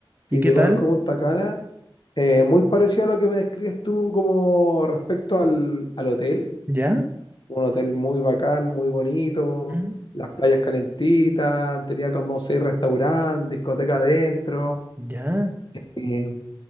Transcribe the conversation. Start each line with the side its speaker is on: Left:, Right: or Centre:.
Left: Sí,
Right: ¿Y qué
Left: yo
Right: tal?
Left: conozco Punta Cana. Eh, muy parecido a lo que me describes tú como respecto al, al hotel.
Right: ¿Ya?
Left: Un hotel muy bacán, muy bonito.
Right: Mm,
Left: Las playas calentitas. Tenía como seis restaurantes, discoteca adentro.
Right: ¿Ya?
Left: Eh,